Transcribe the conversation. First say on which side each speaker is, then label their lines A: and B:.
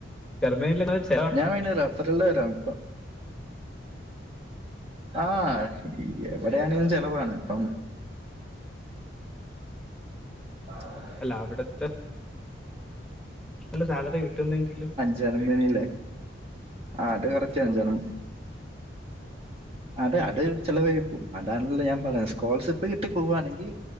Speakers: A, in the centre; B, on the right.
A: ടർമ്മനീല ച്ച്-
B: ഞാ പിന്നെ റഫർ ല് രാംപ്പ. ആഹ് എവിടെയാണേലും ചെലവാണ് പ്പം. <inaudible>
A: അല്ല അവിടത്തെ. ല്ല സാലറി കിട്ടുന്നെങ്കിൽ.
B: ജർമ്മനില്ലേ ആ അത് കറക്റ്റാ <unintelligible>
A: ഞ്ഞ്ൽ
B: അതെ അത് ചെലവയുപ്പ അതാണല്ല ഞാപറഞ സ്കോളർ സിപ്പ് കിട്ടി പോവാണെങ്കി.